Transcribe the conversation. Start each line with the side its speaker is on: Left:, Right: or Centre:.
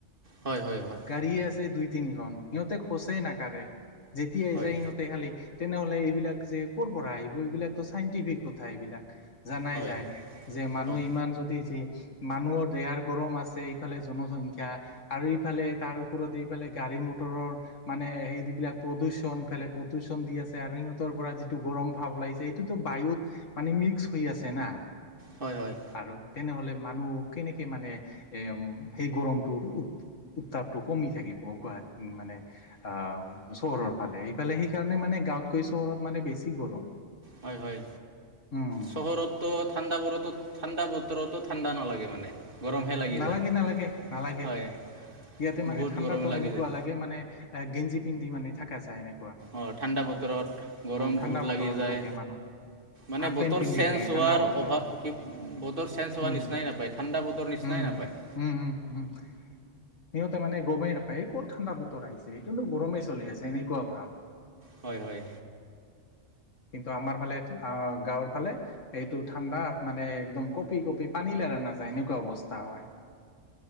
Right: হয় হয় হয়
Left: গাড়ী আছে দুই, তিনিখন সিহঁতে খোচেই নাকৰে যেতিয়াই
Right: হয়
Left: যায়, সিহঁতে খালি তেনেহ'লে এইবিলাক যে ক'ৰপৰা আহিব এইবিলাকতো চাইণ্টিফিক কথা এইবিলাক জানাই
Right: হয়
Left: যায় যে, মানুহ
Right: হয়
Left: ইমান যদি যি মানুহৰ দেহাৰ গৰম আছে, ইফালে জনসংখ্যা আৰু ইফালে তাৰ ওপৰত এইফালে গাড়ী ম মটৰৰ মানে সেই বিলাক প্ৰদূষণ ফালে প্ৰদূষণ দি আছে আৰু সিহঁতৰ পৰা যিটো গৰম ভাৱ ওলাইছে সেইটোটো বায়ুত মানে মিক্স হৈ আছে না
Right: হয় হয়
Left: আৰু তেনে হ'লে মানুহ কেনেকে মানে সেই গৰমটোৰ উত্তাপটো কমি থাকিব গুৱাহাটী মানে আহ চহৰৰ ফালে এইফালে সেইকাৰণে মানে গাওঁতকৈ চহৰত মানে বেছি গৰম।
Right: হয়, হয়
Left: উম
Right: চহৰতো ঠাণ্ডা বোৰতো ঠাণ্ডা বতৰতো ঠাণ্ডা নালাগে মানে। গৰমহে লাগি
Left: নালাগে,
Right: যায়
Left: নালাগে, নালাগে
Right: হয়
Left: ইয়াতে মানে
Right: বহুত
Left: ঠাণ্ডাটো
Right: গৰম লাগি
Left: এনেকুৱা
Right: যায়
Left: লাগে মানে এ গেঞ্জি পিন্ধি মানে থকা যায় এনে
Right: অ' ঠাণ্ডা বতৰত গৰম
Left: ঠাণ্ডা
Right: বহুত
Left: বতৰতো
Right: লাগি যায়।
Left: থাকে মানুহ
Right: মানে
Left: হাফ
Right: বতৰ
Left: পেণ্ট পিন্ধি
Right: চেঞ্জ
Left: থাকে
Right: হোৱাৰ
Left: ঠাণ্ডা বতৰত
Right: অভাৱ, বতৰ চেঞ্জ হোৱাৰ
Left: উম
Right: নিচিনাই নাপায় ঠাণ্ডা বতৰ নিচনা শুনাই
Left: উম
Right: নাপায়।
Left: উম উম উম সিহঁতে মানে গমেই নাপায় ক'ত ঠাণ্ডা বতৰ আহিছে এইটোনো গৰমেই চলি আছে এনেকুৱা ভাৱ।
Right: হয়, হয়।
Left: কিন্তু আমাৰ ফালে গাওঁৰ ফালে এইটো ঠাণ্ডা মানে একদম কঁপি কঁপি পানী লা লাৰা নাযায়, এনেকুৱা অৱস্থা হয়।